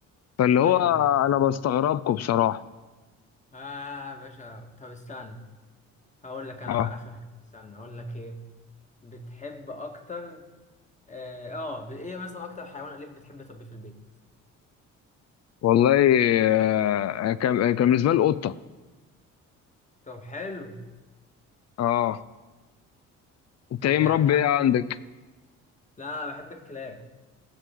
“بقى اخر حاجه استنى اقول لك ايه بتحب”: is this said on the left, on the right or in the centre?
Left